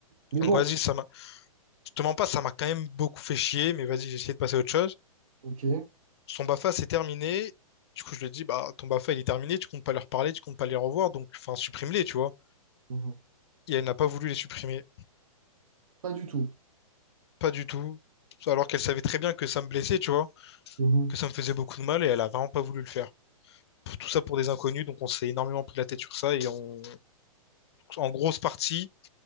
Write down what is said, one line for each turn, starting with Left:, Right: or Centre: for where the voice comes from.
Right: Mais
Left: Donc,
Right: bon,
Left: vas-y, ça m'a, je te mens pas, ça m'a quand même beaucoup fait chier, mais vas-y, j'ai essayé de passer à autre chose.
Right: ok.
Left: Son BAFA, c'est terminé. Du coup, je lui ai dit, bah, ton BAFA, il est terminé, tu comptes pas leur parler, tu comptes pas les revoir, donc, enfin, supprime-les, tu vois.
Right: Mhm.
Left: Et elle n'a pas voulu les supprimer.
Right: Pas du tout.
Left: Pas du tout. Alors qu'elle savait très bien que ça me blessait, tu vois,
Right: Mhm.
Left: que ça me faisait beaucoup de mal et elle a vraiment pas voulu le faire. Tout ça pour des inconnus, donc on s'est énormément pris la tête sur ça et on, en grosse partie,